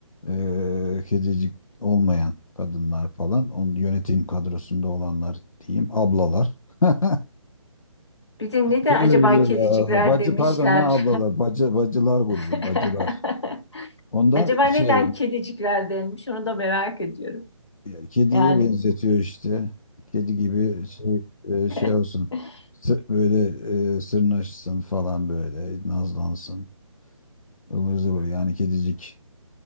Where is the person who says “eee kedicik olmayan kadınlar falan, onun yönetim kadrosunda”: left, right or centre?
Left